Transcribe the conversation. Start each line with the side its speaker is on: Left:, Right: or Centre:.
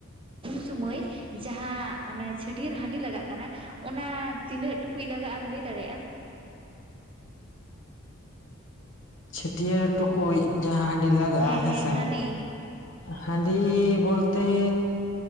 Right: ᱩᱱ ᱥᱚᱢᱚᱭ ᱡᱟᱦᱟᱸ ᱚᱱᱮ ᱪᱷᱟᱹᱴᱭᱟᱹᱨ ᱦᱟᱺᱰᱤ ᱞᱟᱜᱟᱜ ᱠᱟᱱᱟ ᱚᱱᱟ ᱛᱤᱱᱟᱹᱜ ᱴᱩᱠᱩᱡ ᱞᱟᱜᱟᱜ ᱟ ᱮᱢ ᱞᱟᱹᱭ ᱫᱟᱲᱮᱭᱟᱜᱼᱟ?
Left: ᱪᱷᱟᱹᱴᱭᱟᱹᱨ ᱴᱩᱠᱩᱡ ᱡᱟᱦᱟᱸ ᱦᱟᱺᱰᱤ ᱞᱟᱜᱟᱜᱼᱟ
Right: ᱦᱮᱸ
Left: ᱦᱮᱸᱥᱮ
Right: ᱦᱮᱸ ᱦᱟᱺᱰᱤ
Left: ᱦᱟᱸᱰᱤ ᱵᱚᱞᱛᱮᱻ